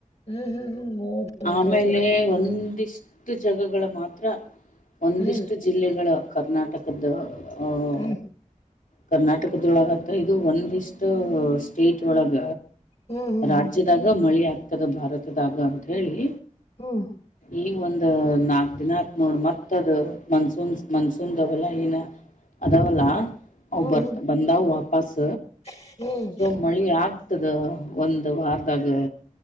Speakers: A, on the left; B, on the left.
A: ಹ್ಮ್ ಹೌದೌದೌದೌದು
B: ಆಮೇಲೆ ಒಂದ ಇಷ್ಟು ಜಾಗಗಳ ಮಾತ್ರ ಒಂದಿಷ್ಟು
A: ಹ್ಮ್
B: ಜಿಲ್ಲೆಗಳ ಕರ್ನಾಟಕದ ಅಹ
A: ಹ್ಮ್
B: ಕರ್ನಾಟಕದೊಳಗತ್ತ ಇದು ಒಂದಿಷ್ಟ ಸ್ಟೇಟ್ ಒಳಗ
A: ಹ್ಮ್
B: ರಾಜ್ಯದಾಗ ಮಳೆ ಆಗ್ತದ ಭಾರತದಾಗ ಅಂತ ಹೇಳಿ
A: ಹ್ಮ್
B: ಈ ಒಂದು ನಾಲ್ಕು ದಿನ ಆತ್ ನೋಡ ಮತ್ತದು ಮನ್ಸೂನ್ ಮನ್ಸೂನ್ದವಲ್ಲ ಇನ ಅಾವಲ್ಲಾ ಅ್
A: ಹ್ಮ್ ಹ್ಮ್
B: ಬರ್ತ
A: ಹ್ಮ್
B: ಬಂದಾವ ವಾಪಸ್
A: ಹ್ಮ್
B: ಸೊ ಮಳಿ ಆಗ್ತದ ಒಂದು ವಾರದಾಗ